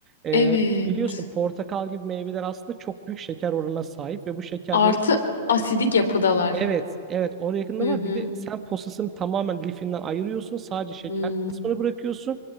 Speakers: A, on the right; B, on the left.
A: e,
B: Evet.
A: biliyorsun portakal gibi meyveler aslında çok büyük şeker oranına sahip ve bu şekerleri
B: Artı asidik yapıdalar.
A: Evet, evet oraya yakında
B: Hı
A: var.
B: hı.
A: Bir de sen posasını tamamen lifinden ayırıyorsun. Sadece şekerli
B: Hmm.
A: kısmını bırakıyorsun.